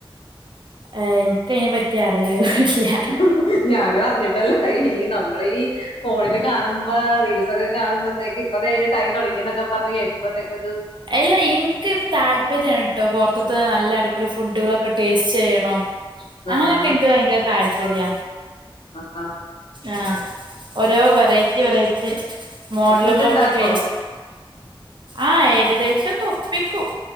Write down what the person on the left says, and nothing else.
<unintelligible> ഞാനും, അറിഞ്ഞിട്ടല്ല ഈ നമ്മൾ ഈ ഫോണിൽ കാണുമ്പോ റീൽസ് ക്കെ കാണുമ്പത്തേക്ക് ഇപ്പോ അതിന് ടൈം തുടങ്ങിക്ക പറഞ് കേൾക്കുമ്പോത്തേക്ക് ഒരു
ആഹ്
ആഹ്ഹാ
ഫുഡ് ഉണ്ടാക്കോ